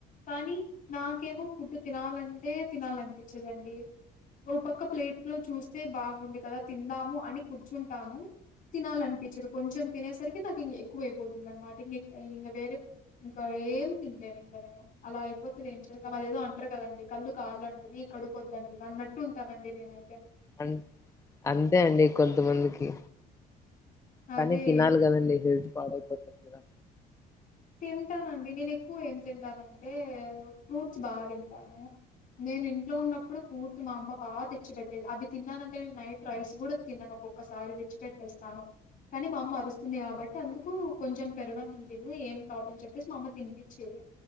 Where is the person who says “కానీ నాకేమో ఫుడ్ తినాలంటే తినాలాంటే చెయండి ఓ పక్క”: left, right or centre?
Left